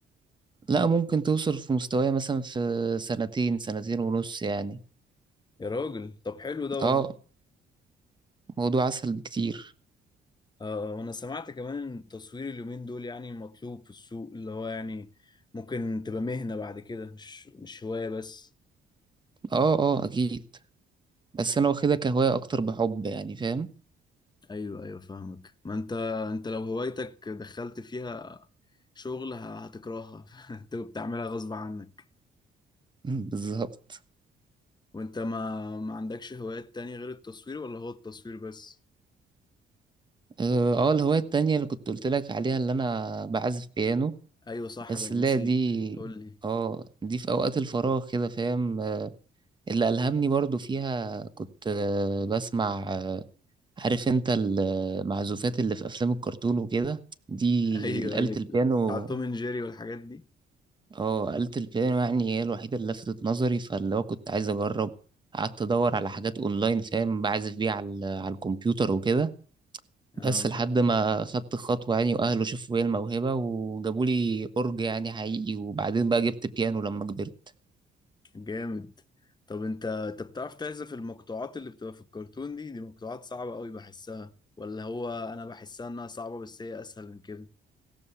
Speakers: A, on the right; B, on the left.
A: لا ممكن توصل في مستواي مثلا في سنتين سنتين ونص يعني
B: يا راجل طب حلو ده والله
A: اه موضوع أسهل بكتير
B: آه وانا سمعت كمان ان التصوير اليومين دول يعني مطلوب في السوق اللي هو يعني ممكن تبقى مهنة بعد كده مش مش هواية بس
A: اه اه أكيد بس أنا واخدها كهواية أكتر بحب يعني فاهم
B: ايوه ايوه فاهمك ما انت انت لو هوايتك دخلت فيها شغل ه- هتكرهها <laughs> انت بتعملها غصب عنك
A: <laughs> بالظبط
B: وانت ما ما عندكش هوايات تانية غير التصوير ولا هو التصوير بس
A: اه آه، الهواية التانية اللي كنت قلت لك عليها اللي أنا بعزف بيانو
B: ايوه صح
A: بس
B: ده انا
A: لا
B: نسيت
A: دي
B: قول لي
A: اه دي في أوقات الفراغ كده فاهم اللي ألهمني برضو فيها كنت آه، بسمع آه، عارف انت المعزوفات اللي في افلام الكرتون وكده دي
B: <laughs> ايوه
A: آلة
B: ايوه
A: البيانو
B: بتاع توم اند جيري والحاجات دي
A: اه آلة البيانو يعني هي الوحيدة اللي لفتت نظري فاللي هو كنت عايز اجرب قعدت ادور على حاجات اونلاين فاهم بعزف بيها على ال- على الكمبيوتر وكده
B: اه
A: بس لحد ما خدت خطوة يعني واهله شافوا فيا الموهبة وجابوا لي اورج يعني حقيقي وبعدين بقى جبت بيانو لما كبرت
B: جامد طب انت انت بتعرف تعزف المقطوعات اللي بتبقى في الكرتون دي دي مقطوعات صعبة قوي بحسها ولا هو انا بحسها انها صعبة بس هي اسهل من كده